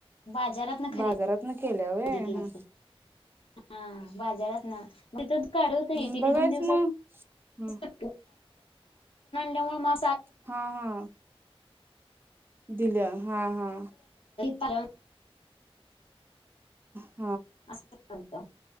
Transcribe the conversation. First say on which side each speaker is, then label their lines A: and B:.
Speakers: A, on the left (about 65°); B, on the right (about 20°).
A: बाजारातन खरेदी
B: बाजारात केले अवे
A: केलती.
B: हम
A: हा बाजारात ना म काढत ये
B: हम्म
A: ति
B: बघायच
A: दोन दिवस
B: मग
A: ह
B: हं
A: त डमुळे मा
B: हा हा दिल्या हा हा
A: ह
B: ह
A: असं चालत